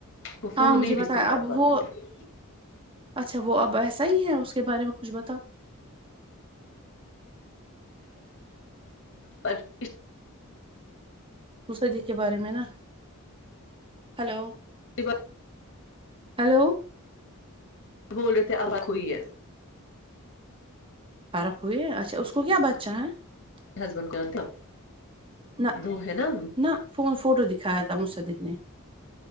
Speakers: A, on the left; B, on the right.
A: وہ فون
B: ہاں مجھے
A: نہیں
B: بتایا
A: ریسیو کر
B: اب
A: پاتی
B: وہ
A: ہے
B: اچھا وہ اب ایسا صحیح ہے اس کے بارے میں کچھ بتا
A: پر <unintelligible>
B: مسر جی کے بارے میں نا ہلو
A: بار
B: ہیلو
A: وہ بول رہے تھے ابق ہوئی ہے
B: فرق ہوئے ہے اچھا اس کو کو کیا بچہ ہے <unintelligible>
A: ہسبینڈ کے اندب
B: نہ
A: دو ہے نا
B: نہ فون فوٹو دکھایا تھا مجھ سے دیکھنے